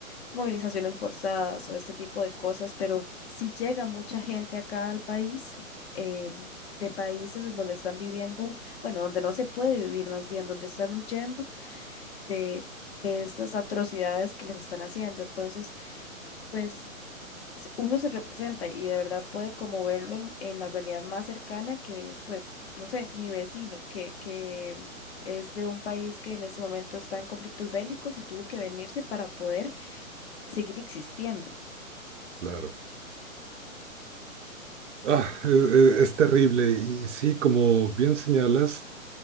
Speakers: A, on the left; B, on the right.
A: movilizaciones forzadas o este tipo de cosas, pero si llega mucha gente acá al país, eh, de países en donde están viviendo, bueno, donde no se puede vivir más bien, donde están huyendo de, de estas atrocidades que les están haciendo. Entonces, pues se- uno se representa y de verdad puede como verlo en, en la realidad más cercana que es, pues, no sé, mi vecino, que, que es de un país que en ese momento está en conflictos bélicos y tuvo que venirse para poder seguir existiendo.
B: Claro. Ah, es, es- es terrible. Y sí, como bien señalas,